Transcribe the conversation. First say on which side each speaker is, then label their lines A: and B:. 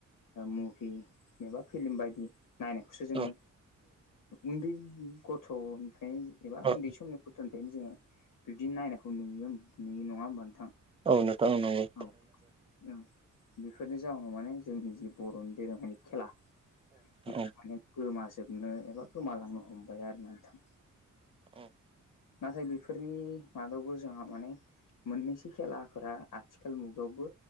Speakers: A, on the left; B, on the right.
A: मुभि फिलम बायदि नायनायखौसो जोङो
B: औ
A: उन्दै गथ'निफ्रायनो एबा
B: औ
A: उन्दै समनि गथ'निफ्रायनो जोङो बिबदि नायखौ नुयो नुयो नङा होनबा नोंथां
B: औ नोंथां औ नंगौ
A: औ औ बेफोरनि जाउनाव माने जोंनि जि बर'नि दोरोङारि खेला बेफोर
B: औ
A: मान गोमाजोबनो एबा गोमालांनो हमबाय आरो ना नोंथां
B: औ
A: नाथाय बेफोरनि मादावबो जोंहा माने मोननैसो खेलाफोरा आथिखाल मुगायावबो